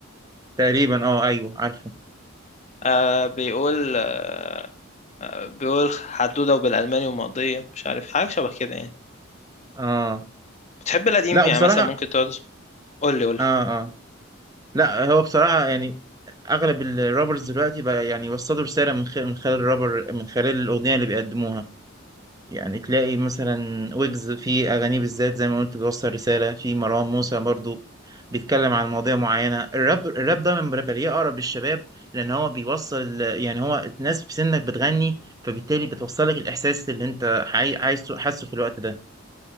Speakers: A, on the right (about 20°); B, on the left (about 35°).
A: تقريبا اه ايوه عارفه
B: آه بيقول آه آه، بيقول حدوده وبالالماني ومقضيه مش عارف حاجه شبه كده يعني
A: اه
B: بتحب القديم
A: لا بصراحه
B: يعني مثلا ممكن تقعد قول لي قول لي
A: اه آه. لا هو بصراحة يعني أغلب الرابرز دلوقتي بقى يعني وصلوا رسالة من خلال من خلال الرابر من خلال الأغنية اللي بيقدموها يعني تلاقي مثلا ويجز في أغانيه بالذات زي ما قلت بيوصل رسالة في مروان موسى برضو بيتكلم عن مواضيع معينة الراب الراب ده من برابليه أقرب للشباب لأن هو بيوصل يعني هو الناس في سنك بتغني فبالتالي بتوصلك الإحساس اللي أنت عاي- عايزه حاسه في الوقت ده